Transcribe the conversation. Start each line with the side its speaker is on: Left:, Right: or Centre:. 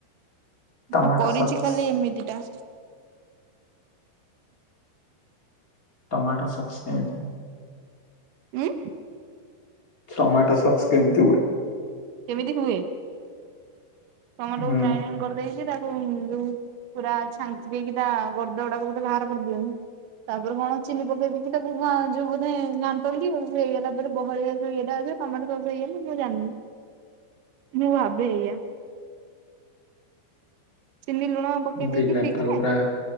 Left: ଟମାଟୋ
Right: ଆଉ କରିଛି
Left: ସକ୍ସ
Right: ଖାଲି ଏମିତିଟା।
Left: ଟମାଟୋ ସକ୍ସ କେମିତି।
Right: ଉଁ
Left: ଟମାଟୋ ସକ୍ସ କେମିତି ହୁଏ?
Right: କେମିତି ହୁଏ। ଟମାଟୋ
Left: ହୁଁ
Right: କୁ ଗ୍ରାଇଡି କରିଦେଇକି ତା ପୁଣି ଯୋଉ, ପୁରା ଛାଞ୍ଚି ଦେଇକି ତା ଗର୍ଦ ଗୁଡାକୁ ବା ବାହାର କରିଦିଉ ତାପରେ କଣ ଚିନି ପକେଇ ଦେଇକି ତାକୁ ଯୋଉ ବୋଧେ ଘାଣ୍ଟନ୍ତି। ହେଇଗଲା ପରେ ବହଳିଆକି ଇଏଟା ଟମାଟୋ ସକ୍ସ ହେଇଗଲା, ମୁଁ ଜାଣିନି ମୁଁ ଆବେ ଏଇଆ। ଚିନି ଲୁଣ ପକେଇ ଦେଇକି
Left: ବିନାଥ
Right: ଠିକ
Left: ଠାକୁରରା
Right: ରେ